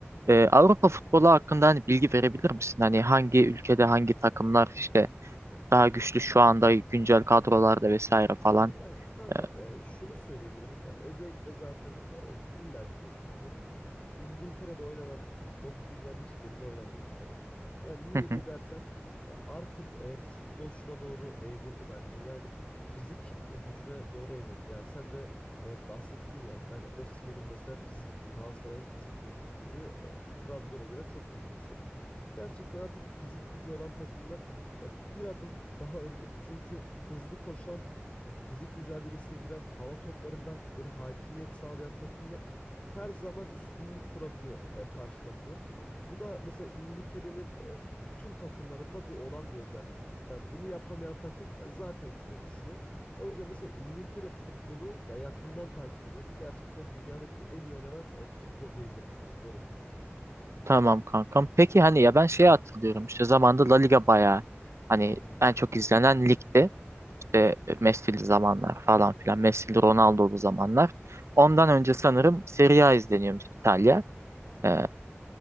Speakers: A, on the right; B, on the left.
A: Ee, Avrupa futbolu hakkında hani bilgi verebilir misin? Hani hangi ülkede hangi takımlar işte daha güçlü şu anda güncel kadrolarda vesaire falan.
B: Ya kankam
A: Ee,
B: e, şunu söyleyebilirim. Yani özellikle zaten e, illaki duymuşsundur. İngiltere'de oynanan futbol dünyanın hiçbirinde oynanmıyor bir kere. Yani niye
A: <laughs>
B: diye dersen e, artık e, futbol şuna doğru evrildi bence. Yani fizik e, gücüne doğru evrildi. Yani sen de e, bahsettin ya yani Osimhen'in mesela fizik gücü Galatasaray'ın fizik gü- gücü e, Trabzon'a göre çok iyidir mesela. Gerçekten artık fizik gücü olan takımlar ya bir adım daha önde. Çünkü hızlı koşan fizik mücadelesine giren hava toplarında böyle hakimiyet sağlayan takımlar her zaman üstünlük kurabiliyor e, karşı takıma. Bu da mesela İngiltere'nin e, bütün takımlarında bu olan bir özellik. Yani bunu yapamayan takım e, zaten küme düşüyor. O yüzden mesela İngiltere futbolu ya yakından takip ediyorum. Gerçekten dünyadaki en iyi oynanan e, futbol diyebilirim kanka. Böyle söyleyeyim sana yani.
A: Tamam kankam. Peki hani ya ben şeye hatırlıyorum işte zamanda La Liga bayağı hani
B: Hı hı.
A: en çok izlenen ligdi. İşte Messi'li zamanlar falan filan. Messi'li Ronaldo'lu zamanlar. Ondan önce sanırım Serie A izleniyormuş İtalya.
B: Hı hı.
A: Ee,